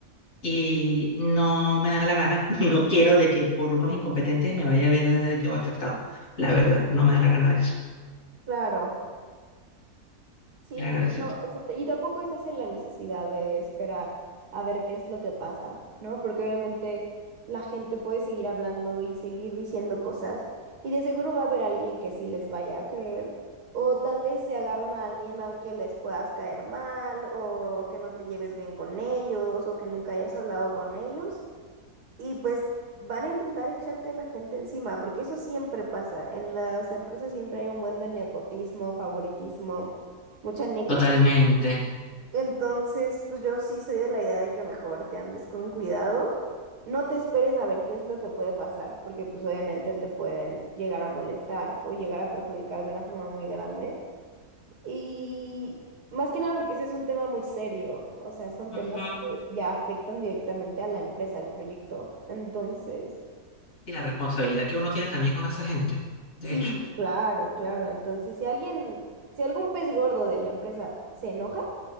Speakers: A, on the left (about 60°); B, on the right (about 80°).
A: y no me da la gana. <laughs> No quiero de que por unos incompetentes me vaya a ver eh, yo afectado. La verdad, no me da la gana de eso.
B: Claro. Sí,
A: La gana
B: pero,
A: de eso.
B: no, o sea, y tampoco estás en la necesidad de esperar a ver qué es lo que pasa, ¿no? Porque obviamente la gente puede seguir hablando y seguir diciendo cosas y de seguro va a haber alguien que sí les vaya a creer o tal vez se agarran a alguien al que les puedas caer mal o que no te lleves bien con ellos o que nunca hayas hablado con ellos y pues van a intentar echarte a la gente encima, porque eso siempre pasa. En las empresas siempre hay un buen de nepotismo, favoritismo, mucha negligencia.
A: Totalmente.
B: Entonces, pues yo sí soy de la idea de que mejor te andes con cuidado. No te esperes a ver qué es lo que puede pasar, porque pues obviamente te pueden llegar a molestar o llegar a perjudicar de una forma muy grande. Y más que nada porque ese es un tema muy serio, o sea, son
A: Ujú.
B: temas que ya afectan directamente a la empresa, al proyecto. Entonces,
A: Y la responsabilidad que uno tiene también con esa gente, de
B: sí,
A: hecho.
B: claro, claro. Entonces, si alguien, si algún pez gordo de la empresa se enoja,